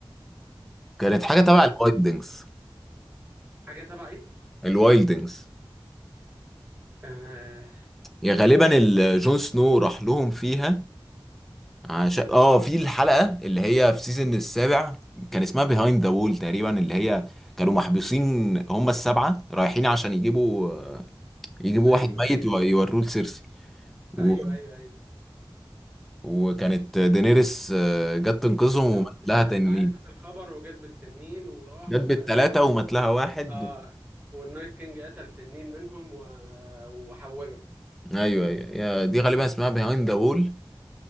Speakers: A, in the centre; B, on the right (about 15°).
A: كانت حاجه تبع
B: قول لي
A: الوايلدنجز
B: حاجة تبع ايه؟
A: الوايلدنجز
B: آه
A: يا غالبا ال- جون سنو راح لهم فيها عشان اه في الحلقة اللي هي في سيزون السابع كان اسمها بيهايند ذا وول تقريبا اللي هي كانوا محبوسين هم السبعة رايحين عشان يجيبوا يجيبوا
B: ايوه
A: واحد ميت
B: ايوه
A: ويوروه لسيرسي و...
B: ايوه ايوه ايوه
A: وكانت دينيريس آه، جت تنقذهم
B: لا
A: ومات
B: لا
A: لها تنين
B: لما عرفت الخبر وجت بالتنين وراح
A: جت
B: و
A: بالتلاتة ومات لها واحد
B: اه والنايت كينج قتل تنين منهم و... وحوله
A: ايوه ايوه يا- دي غالبا اسمها بيهايند ذا وول